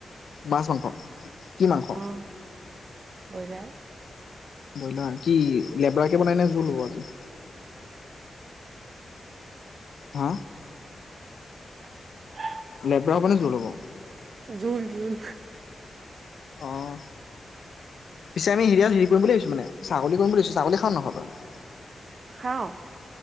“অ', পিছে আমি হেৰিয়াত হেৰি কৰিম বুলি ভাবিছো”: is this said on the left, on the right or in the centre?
Left